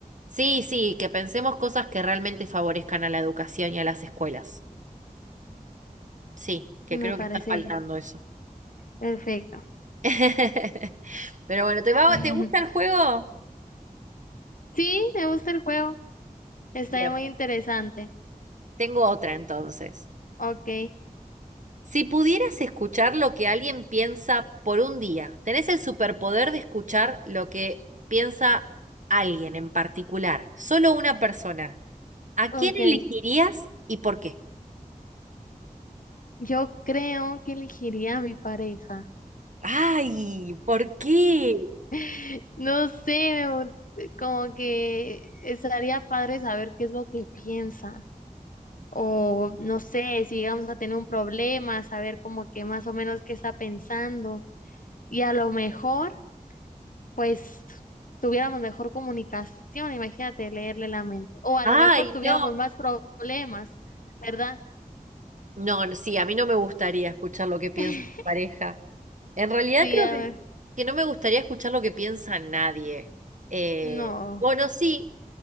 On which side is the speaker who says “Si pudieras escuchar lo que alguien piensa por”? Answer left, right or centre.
Right